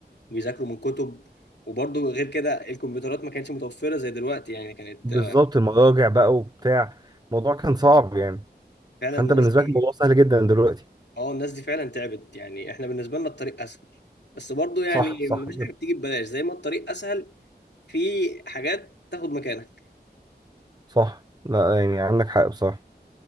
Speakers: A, on the left; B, on the right.
A: وبيذاكروا من كتب وبرضه غير كده الكمبيوترات ما كانتش متوفرة زي دلوقتي يعني كانت
B: بالظبط
A: آه،
B: المراجع بقى وبتاع الموضوع كان صعب يعني
A: فعلا
B: فانت
A: الناس
B: بالنسبه
A: دي
B: لك الموضوع سهل جدا دلوقتي
A: اه الناس دي فعلا تعبت يعني احنا بالنسبة لنا الطريق اسهل بس برضه يعني
B: صح صح
A: مفيش
B: بت-
A: حاجة بتيجي ببلاش زي ما الطريق اسهل في حاجات تاخد مكانك
B: صح لا يعني عندك حق بصراحة